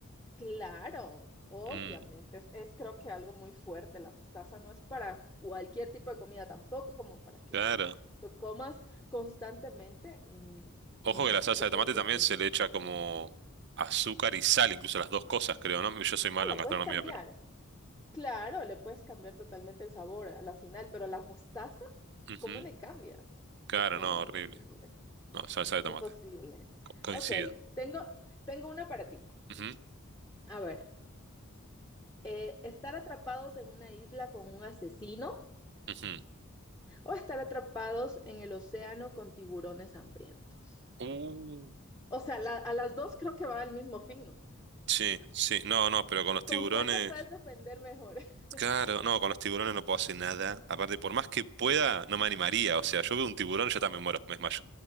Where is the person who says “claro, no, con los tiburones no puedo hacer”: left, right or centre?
Right